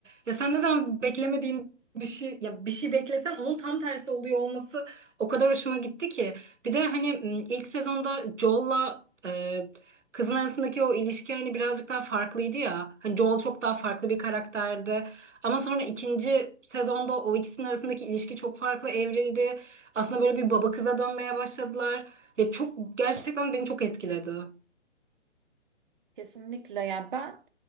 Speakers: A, on the right; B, on the right.
A: ya sen ne zaman beklemediğin bir şey ya bir şey beklesen onun tam tersi oluyor olması o kadar hoşuma gitti ki. Bir de hani m, ilk sezonda Joel'la e, kızın arasındaki o ilişki hani birazcık daha farklıydı ya. Hani Joel çok daha farklı bir karakterdi. Ama sonra ikinci sezonda o ikisinin arasındaki ilişki çok farklı evrildi. Aslında böyle bir baba kıza dönmeye başladılar. Ya çok gerçekten beni çok etkiledi.
B: Kesinlikle yani ben